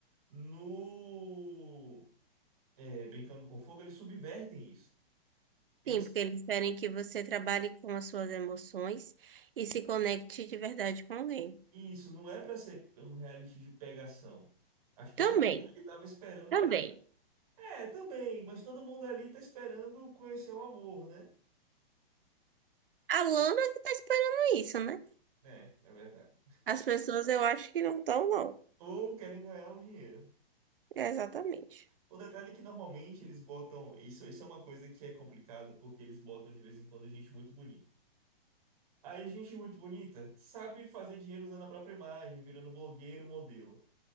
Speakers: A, on the right; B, on the right.
A: no é, Brincando com Fogo, eles subvertem isso. Eles,
B: Sim, porque eles querem que você trabalhe com as suas emoções e se conecte de verdade com alguém.
A: e isso não é pra ser um reality de pegação. Acho que todo
B: Também,
A: mundo ali tava esperando
B: também.
A: pra. É, também, mas todo mundo ali tá esperando conhecer o amor, né?
B: A Lana que tá esperando isso, né?
A: É, é verdade.
B: As pessoas eu acho que não estão, não.
A: Ou querem ganhar um dinheiro.
B: É, exatamente.
A: O detalhe é que normalmente eles botam. Isso, isso é uma coisa que é complicada, porque eles botam de vez em quando gente muito bonita. Aí, gente muito bonita sabe fazer dinheiro usando a própria imagem, virando blogueiro, modelo.